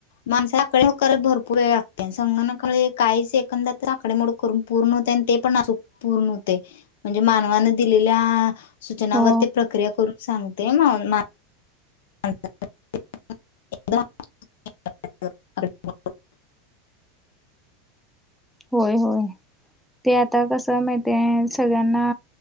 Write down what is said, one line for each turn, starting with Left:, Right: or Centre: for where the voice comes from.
Left: माणसे आकडे मोड करायला भरपूर वेळ लागते संगणक काही सेकंदात आकडे मोड पूर्ण होतय ते पण पूर्ण होते म्हणजे मानवान दिलेल्या सूचनावरती
Centre: हो
Left: प्रक्रिया करून सांगते. <unintelligible> <inaudible>
Centre: होय होय ते आता कस माहितीय सगळ्यांना